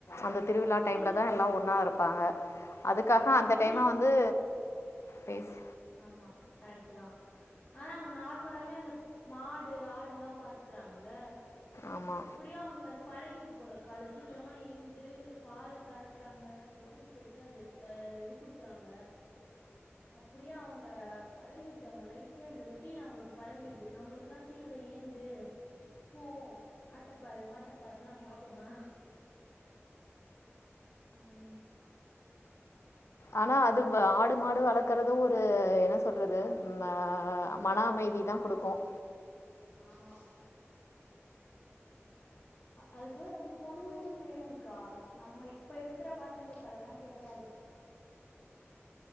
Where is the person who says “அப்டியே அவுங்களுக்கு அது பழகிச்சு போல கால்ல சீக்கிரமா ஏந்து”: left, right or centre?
Left